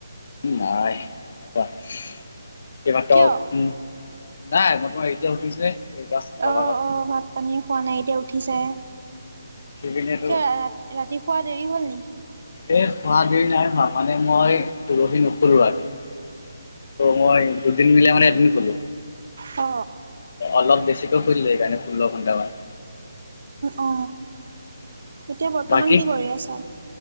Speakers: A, on the left; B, on the right.
A: নাইমাকটা
B: কিয়?
A: উ নাই ম <unintelligible> তোমাৰ এতিয়া উঠিছোঁ হে এই অলপ
B: অ'
A: আগত।
B: অ' ভাত পানী খোৱা নাই এতিয়া উঠিছাহে।
A: পিনেতো
B: কিয় ৰা ৰাতি শোৱা দেৰি হল নেকি?
A: এই খোৱা দেৰি নাই হোৱা মানে মই পৰহী নুশুলো ৰাতি। ত মই দুদিন মিলাই মানে এডমিট হলো
B: অ
A: অলপ বেছিকৈ ফুৰিলে সেইকাৰণে ষোল্ল ঘটামান
B: অ এতিয়া বৰ্তমান
A: বাকী
B: কি কৰি আছা?